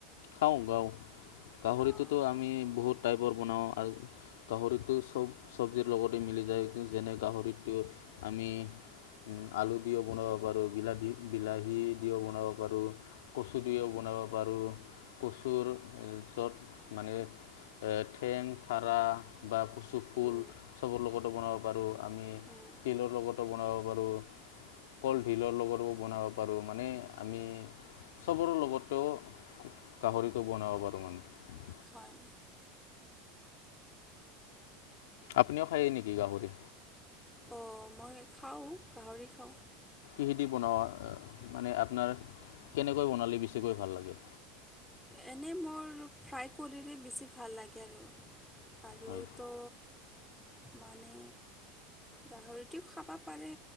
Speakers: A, on the left (about 85°); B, in the centre.
A: খাওঁ গাওঁ গাহৰিটোতো
B: অঁ
A: আমি বহুত টাইপৰ বনাও গাহৰিটো চব চব্জিৰ লগতে মিলি যায় যেনে গাহৰিটো আমি আমি আলু দিও বনাব পাৰোঁ বিলাহী বিলাহী দিও বনাব পাৰোঁ, কচু দুইও বনাব পাৰোঁ কচুৰ য'ত মানে ঠেং পাৰা বা চ ফুল
B: উম,
A: চবৰ লগতো বনাব পাৰোঁ আমি
B: উম,
A: তিলৰ লগতো বনাওঁ। কলধিলৰ লগত ও বনাব পাৰোঁ মানে আমি চবৰে লগতেও গাহৰিকো বনাব পাৰোঁ মানে।
B: হয়।
A: আপুনিও খাই নেকি গাহৰি?
B: অঁ মই খাওঁ গাহৰি খাওঁ।
A: কিহেৰে বনুৱা মানে আপোনাৰ কেনেকৈ বনালে বেছিকৈ ভাল লাগে?
B: এনেই মোৰ ফ্ৰাই কৰিৰে বেছি ভাল লাগে আৰু আৰুতো
A: হয়
B: মানে গাহৰিটোও খাব পাৰে